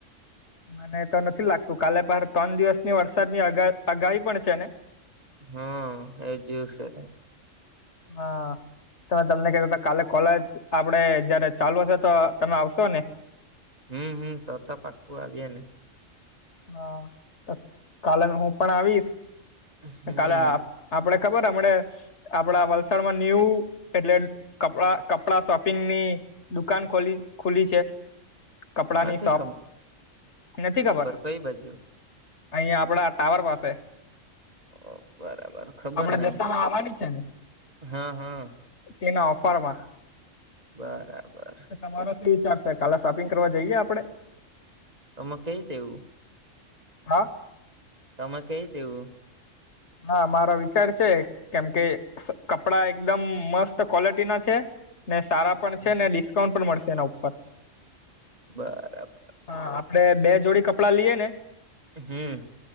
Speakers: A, on the left (about 60°); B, on the right (about 30°).
A: મને તો નથી લાગતું કાલે પાર ત્રણ દિવસની વરસાદ ની અગાહી પણ છે ને.
B: હા એ જુ છે.
A: હા. તમે તમને કધ કાલે કોલેજ આપડે જયારે ચાલુ હશે તો તમે આવશો ને.
B: હમ હમ તો તો પાખું આવીયાને.
A: હા કાલે હું પણ આવીશ
B: હમ
A: કાલે. આપડે ખબર અમણે. આપડા વલસાડમાં ન્યુ એટલે કપડા કપડા શોપિંગ ની. દુકાન ખોલી ખુલી છે કપડાની
B: નથી
A: શોપ નથી ખબર.
B: કંઈ બાજુ.
A: અહીયાંયા આપડા ટાવર પાસે.
B: ઓ બરાબર ખબર
A: આપડા ત્યાં
B: નઈ
A: દશામાં આવવાની છે ને.
B: હા હા
A: તેના ઓફરમાં.
B: બરાબર.
A: તમારો શું વિચાર છે? કાલે શોપિંગ કરવા જઈએ આપડે?
B: તમે કંઈ દેવું.
A: હા.
B: તમે કંઈ તેવું.
A: હા, મારો વિચાર છે, કેમ કે કપડા એકદમ મસ્ત ક્વોલિટી ના છે. ને સારા પણ
B: હમ
A: છે ને, ડિસ્કાઉન્ટ પણ મળશે એના ઉપર.
B: બરાબર.
A: હા, આપડે બે જોડી કપડાં લઈએ ને.
B: હમ.